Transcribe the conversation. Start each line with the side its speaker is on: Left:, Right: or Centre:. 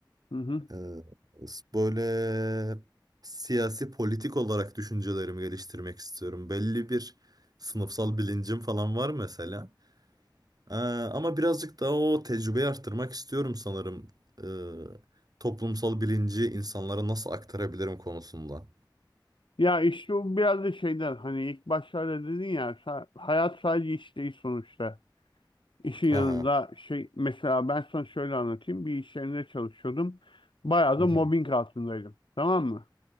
Left: Hı hı.
Right: Ee, böyle siyasi politik olarak düşüncelerimi geliştirmek istiyorum. Belli bir sınıfsal bilincim falan var mesela. Ee, ama birazcık daha o tecrübeyi arttırmak istiyorum sanırım. Ee, toplumsal bilinci insanlara nasıl aktarabilirim konusunda.
Left: Ya işte o biraz da şeyden hani ilk başlarda dedin ya sa- hayat sadece iş değil sonuçta. İşin yanında
Right: Hı hı.
Left: şey mesela ben sana şöyle anlatayım. Bir iş yerinde çalışıyordum. Bayağı
Right: Hı
Left: da
Right: hı.
Left: mobbing altındaydım. Tamam mı?